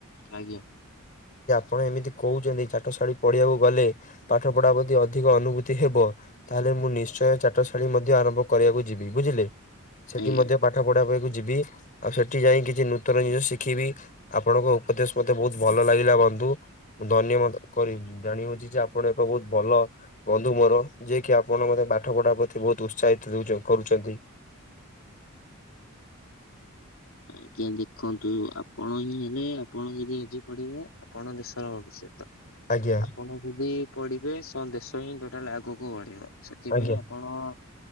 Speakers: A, on the left; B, on the left.
A: ଆଜ୍ଞା।
B: କଣ ଏମିତି କହୁଛନ୍ତି, ଚାଠଶାଳୀ ପଢିବାକୁ ଗଲେ ପାଠ ପଢା ପ୍ରତି ଅଧିକ ଅନୁଭୂତି ହେବ, ତାହେଲେ ମୁଁ ନିଶ୍ଚୟ ଚାଟଶାଳୀ ମଧ୍ୟ ଆରମ୍ଭ କରିବାକୁ ଯିବି ବୁଝିଲେ, ସେଠି
A: ଆଜ୍ଞା
B: ମଧ୍ୟ ପାଠ ପଢା ପାଇଁ ଯିବି ଆଉ ସେଠି ଯାଇଁ କିଛି ନୂତନ ଜିନିଷ ଶିଖିବି, ଆପଣଙ୍କ ଉପଦେଶ ମତେ ବହୁତ ଭଲ ଲାଗିଲା ବ ନ୍ଧୁ ମୁଁ ଧନ୍ୟମନ କରି ଜାଣିହଉଛି, ଯେ ଆପଣ ଏକ ବହୁତ ଭଲ ବନ୍ଧୁ ମୋର ଯିଏକି ଆପଣ ମୋତେ ପାଠ ପଢା ପ୍ରତି ବହୁତ ଉତ୍ସାହିତ ଦଉଛ କରୁଛନ୍ତି।
A: ଆଜ୍ଞା! ଦେଖନ୍ତୁ ଆପଣ ହିଁ ହେଲେ ଆପଣ ଯଦି ଆଜି ପଢିବେ ଆପଣ ଦେଶର ଭବିଷ୍ୟତ। ତ
B: ଆଜ୍ଞା
A: ଆପଣ <inaudible> ଯଦି ପଢିବେ, <unintelligible> ଦେଶ ହିଁ ଟୋଟାଲ ଆଗକୁ ବଢିବ। ସେଥିପାଇଁ
B: ଆଜ୍ଞା
A: ଆପଣ